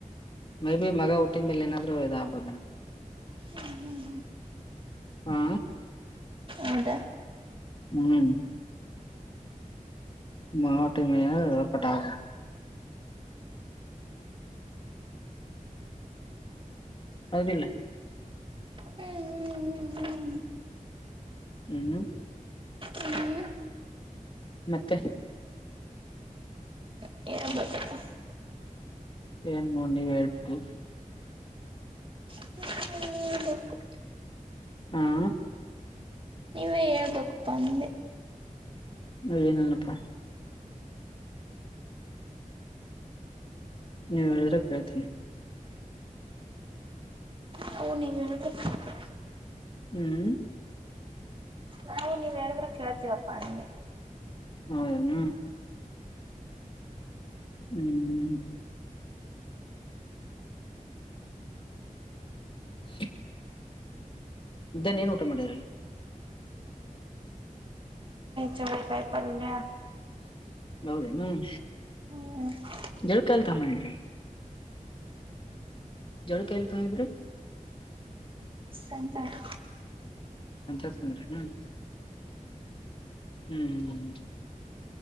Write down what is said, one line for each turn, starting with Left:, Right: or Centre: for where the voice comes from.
Left: ಮೇ ಬಿ ಮಗ ಹುಟ್ಟಿದ ಮೇಲೆ ಏನಾದ್ರು ಇದ ಆಗಬಹುದೇ ನೋ
Right: ಹುಂ ಹುಂ
Left: ಹಾ
Right: ಹೌದಾ
Left: ಹುಂ <unintelligible> ಹೌದಿಲ್ಲ್
Right: ಹ್ಮ್ ಹ್ಮ್
Left: ಹುಂ
Right: ಹ್ಮ್
Left: <inaudible> ಮತ್ತೆ
Right: <unintelligible>
Left: ಏನ್ ನೋಡ ನೀವ್ ಹೇಳ್ಬೇಕು
Right: <inaudible>
Left: ಹುಂ
Right: ನೀನೇ ಹೇಳ್ಬೇಕಪ್ಪಾ ಅ
Left: ಏನಿಲ್ಲಾ ಪ್ಪಾ ನೀವ್ ಹೇಳಿದ್ರೆ ಕೇಳ್ತೀನಿ.
Right: ನಾವು ನೀವ್ ಹೇಳಿದ್ರೆ ಕೇಳ್ತೀವಿ
Left: ಹುಂ
Right: ನಾವು ನೀವ್ ಹೇಳ <unintelligible> ಕೇಳ್ತೀವಪ್ಪ ಅಂದೆ
Left: ಹೌದ ದೇನು ಹ್ಮ್ <unintelligible> ಮಧ್ಯಾಹ್ನ ಏನು ಊಟ ಮಾಡಿದ್ರಿ
Right: ಚವ್ಳೇಕಾಯಿ ಪರಲ್ಲ
Left: ಹೌದೇನೋ ಹ್ಮ
Right: ಹ್ಮ್
Left: ಎಲ್ಲಿ ಕಲ್ತ ಬಂದಿದ್ರಿ ಜೋಳ ಕಾ ತಂದಿದ್ರಿ
Right: ಸಂತ್ಯಾಗ್
Left: ಅಂತ ಕನಸು ಹ ಹ್ಮಞ ಹ್ಮ್ ಹ್